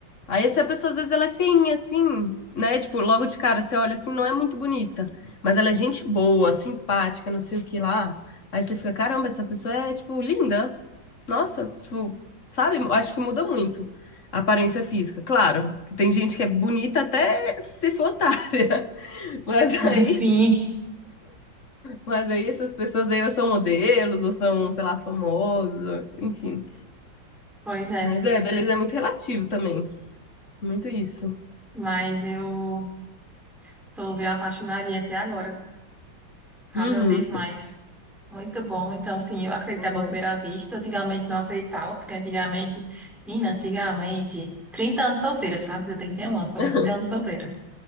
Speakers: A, on the left; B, in the centre.
A: Aí essa pessoa, às vezes, ela é feinha, assim, né? Tipo, logo de cara, você olha assim, não é muito bonita. Mas ela é gente boa, simpática, não sei o que lá. Aí você fica, caramba, essa pessoa é, tipo, linda. Nossa, tipo, sabe? Acho que muda muito a aparência física. Claro, que tem gente que é bonita até se for otária. <laughs> Mas
B: <laughs>
A: aí,
B: sim,
A: mas aí essas pessoas aí ou são modelos, ou são, sei lá, famosos, enfim.
B: pois é.
A: Mas é, beleza é muito relativo também. Muito isso.
B: Mas eu tô me apaixonadinha até agora, cada
A: Uhum.
B: vez mais. Muito bom. Então, sim, eu acreditava
A: Não é bom.
B: à primeira vista. Antigamente não acreditava, porque antigamente, menina, antigamente, 30 anos solteira, sabe? Eu tenho 31 anos, mas
A: <laughs>
B: 30 anos solteira.